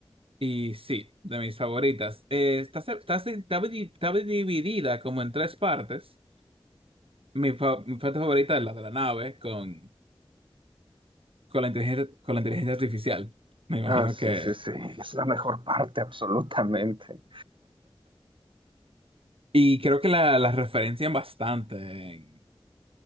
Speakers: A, on the right (about 80°); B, on the right (about 65°).
A: Y sí, de mis favoritas. Eh, está, se- está, se- está di- está dividida como en tres partes. Mi, fa- mi parte favorita es la de la nave con, con la inteligencia, con la inteligencia artificial. Me imagino
B: Ah, sí,
A: que...
B: sí, sí, es la mejor parte, absolutamente.
A: Y creo que la, la referencian bastante. En,